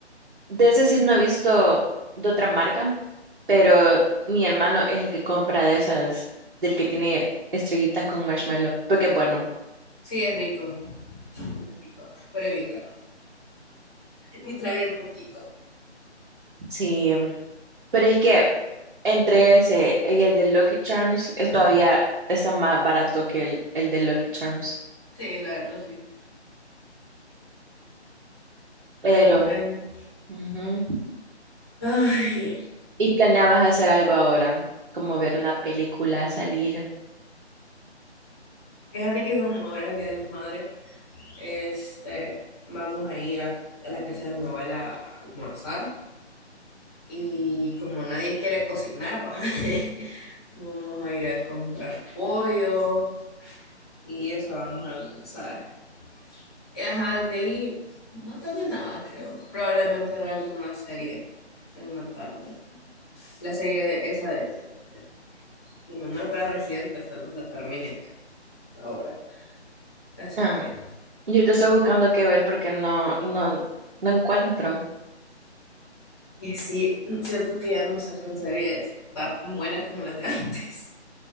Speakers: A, on the right; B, on the left.
A: de ese sí no he visto de otra marca, pero mi hermano es el que compra de esas, del que tiene estrellitas con marshmallow, porque es bueno,
B: Sí, es rico. Es rico, pero es bien caro. Y trae bien poquito.
A: sí. Pero es que entre ese y el de Lucky Charms es todavía está más barato que el, el de Lucky Charms.
B: Sí, la verdad sí.
A: Pero,
B: Pero bueno,
A: ujú.
B: Ay,
A: ¿Y planeabas hacer algo ahora? Como ver una película, salir.
B: fíjate que como ahora es el Día de las Madres, este, vamos a ir a, a la casa de mi abuela a almorzar y como nadie quiere cocinar, pa, <laughs> vamos a ir a comprar pollo y eso vamos a almorzar. Y, Ajá, de ahí no tengo nada, creo. Probablemente vea alguna serie en la tarde. La serie de, esa de, de, de Manuel para Residentes, tal vez la termine ahora. Así
A: Ah,
B: que...
A: yo te estoy buscando qué ver porque no, no, no encuentro.
B: Y sí, mm, siento que ya no sacan series tan buenas como las de <laughs> antes.